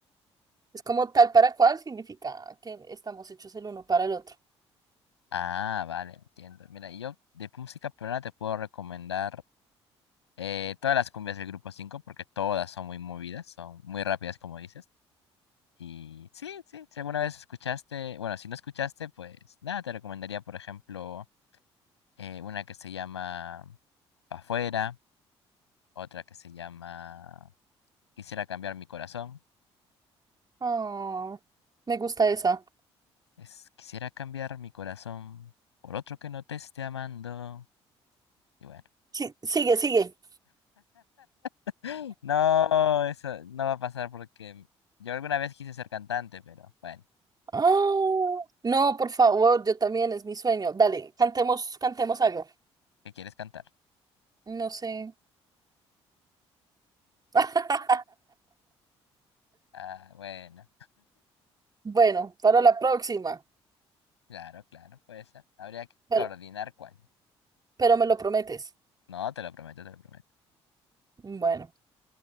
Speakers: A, on the right; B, on the left.
A: Es como tal para cual significa que estamos hechos el uno para el otro.
B: Ah, vale, entiendo. Mira, yo de música peruana te puedo recomendar eh, todas las cumbias del Grupo cinco porque todas son muy movidas, son muy rápidas, como dices. Y sí, sí, si alguna vez escuchaste, bueno, si no escuchaste, pues nada, te recomendaría, por ejemplo, eh, una que se llama Pa' Fuera, otra que se llama Quisiera cambiar mi corazón.
A: Ah, me gusta esa.
B: Es Quisiera cambiar mi corazón por otro que no te esté amando. Y bueno,
A: Sí, sigue, sigue.
B: <gasps> no, eso no va a pasar porque yo alguna vez quise ser cantante, pero bueno,
A: Ah, no, por favor, yo también es mi sueño. Dale, cantemos, cantemos algo.
B: ¿qué quieres cantar?
A: No sé. <laughs>
B: Ah, bueno,
A: Bueno, para la próxima,
B: claro, claro, puede ser. Habría que
A: pero,
B: coordinar cuál.
A: pero me lo prometes.
B: No, te lo prometo, te lo prometo.
A: Bueno,